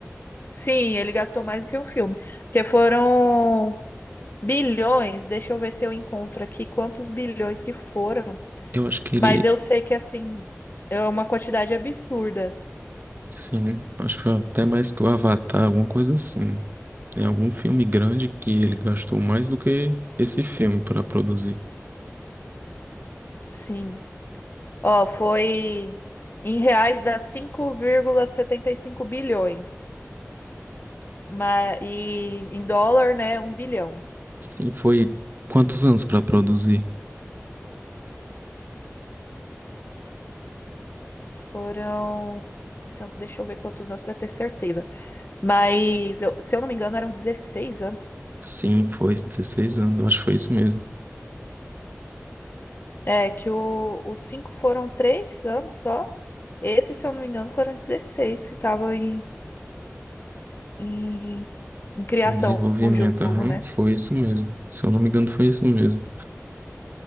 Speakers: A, on the left (about 45°); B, on the right (about 40°).
A: Sim, ele gastou mais do que um filme, porque foram bilhões. Deixa eu ver se eu encontro aqui quantos bilhões que foram,
B: Eu acho que ele,
A: mas eu sei que assim é uma quantidade absurda.
B: sim, acho que foi até mais que o Avatar, alguma coisa assim. É algum filme grande que ele gastou mais do que esse filme para produzir.
A: Sim. Ó, foi em reais dá cinco vírgula setenta e cinco bilhões. Mas, e em dólar, né, um bilhão.
B: Sim, foi quantos anos para produzir?
A: Foram. se eu- Deixa eu ver quantos anos para ter certeza. Mas, eu- se eu não me engano, eram 16 anos.
B: Sim, foi 16 anos, eu acho que foi isso mesmo.
A: É, que o, os cinco foram três anos só. Esse, se eu não me engano, foram 16 que estavam em, em, em criação,
B: Em Desenvolvimento,
A: um jogo,
B: aham,
A: né?
B: foi isso mesmo. Se eu não me engano, foi isso mesmo.